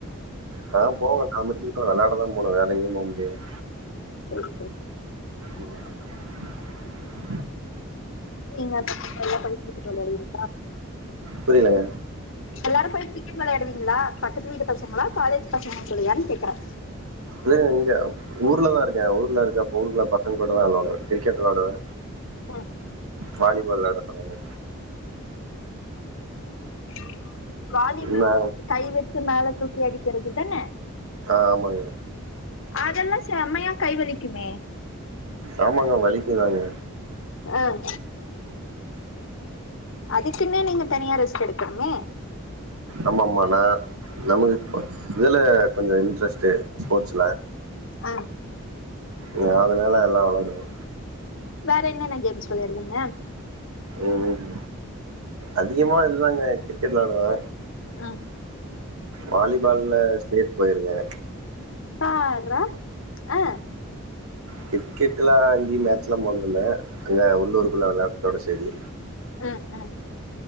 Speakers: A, on the right (about 80°); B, on the left (about 60°).
A: நா போவ <unintelligible> விளாட தா போனும் வேற இங்கயு போக முடியாது
B: சரி சரி
A: <inaudible>
B: நீங்க <unintelligible>
A: புரியலங்க
B: எல்லாரும் போய் கிரிக்கெட் விளையாடுவீங்களா பக்கத்து வீட்டு பசங்களா காலேஜ் பசங்கள சொல்லியான்னு கேக்குறே
A: நீங்க எங்க ஊர்லதா இருக்கேன் ஊருல இருக்க <unintelligible> பசங்க கூடாதா விளாடுவே கிரிக்கெட் விளாடுவே
B: ஆஹ
A: வாலிபால் விளாட போவாங்க
B: ஆ வாலிபால்
A: நா
B: கை வச்சு மேல தூக்கி அடிக்கிறது தானே
A: ஆமாங்க
B: அதெல்லாம் செம்மையா கைவலிக்குமே
A: ஆமாங்க வலிக்குதாங்க
B: அஹ் அதுக்குன்ன நீங்க தனியா ரெஸ்ட் எடுக்கணோமே
A: ஆமா ஆமானா நமக்கு இதுல கொஞ்சம் இன்ட்ரெஸ்ட் ஸ்போர்ட்ஸ்ல
B: ஆஹ்
A: நாங்க எல்லா அதல்லா விளாடுவோ
B: வேற என்னென்ன கேம்ஸ் வெளயாடுவீங்க
A: உம் அதிகமா இ தாங்க கிரிக்கெட் விளாடுவே
B: ம்
A: வாலிபால்ல ஸ்டேட் போயிருந்தே
B: பார்ரா ஆ
A: கிரிக்கெட் எல்லா அங்கயு மேட்ச் தா <unintelligible> அங்க உள்ளூருக்குள்ள விளாட தொட செய்தி
B: உம் உம்